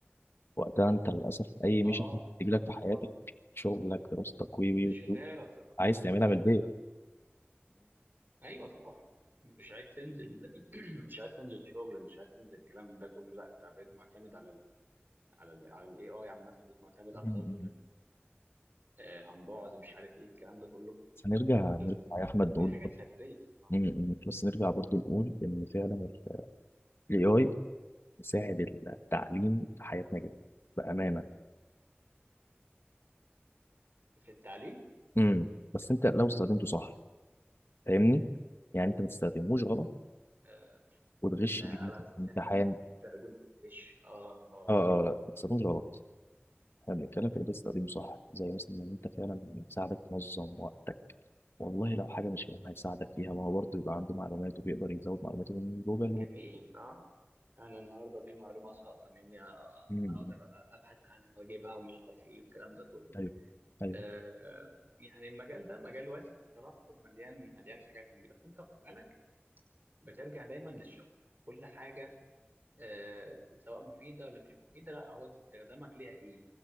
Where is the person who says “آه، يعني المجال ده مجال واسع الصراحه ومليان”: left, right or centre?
Right